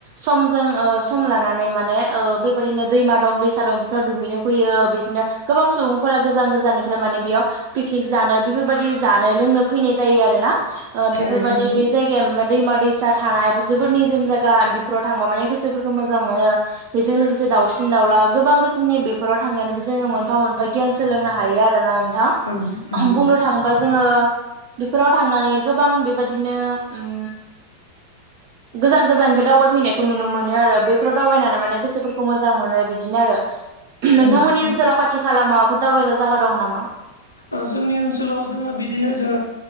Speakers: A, on the right; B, on the left.
A: सम जों ओ सम लानानै माने ओ बेबायदिनो दैमा दं दैसा दं बेफोराव दुगैनो फैयो बिदनो गोबां सुबुंफोरा गोजान गोजाननिफ्राय माने बियाव पिकनिक जानो बिफोरबादि जानो लोंनो फैनाय जायो आरोना। ओ बेफोरबादि
B: थारैनो नंगौ
A: बे जायगाया दैमा दैसा थानायबोज। जोबोद निजोम जायगा बिफोराव थांबा माने गोसोफोरखौ मोजां मोनो बेजों लोगोसे दावसिन दाउला गोबां रोखोमनि बेफोराव थांनो-नोबो जोङो मोनफा मोनफा गियान सोलोंनो हायो आरोना् दा
B: औ नंगौ
A: ओह्म बुंनो थाङोबा। जोङो बेफोराव थांनानै गोबां बेबायदिनो उम। गोजान गोजाननिफाय दावबायफैनायखौ नुनो मोनो आरो, बेफोराव दावबायनाना माने गोसोफोरखौ मोजां मोनो बिदिनो आरो।
B: औ
A: ओम्ह नोंथांमोननि
B: ओ
A: ओनसोलाव खाथि-खाला माव बुड दावबायग्रा जागा दं नामा?
B: ओ जोंनि ओनसोलाव जोङो बिदिनो जो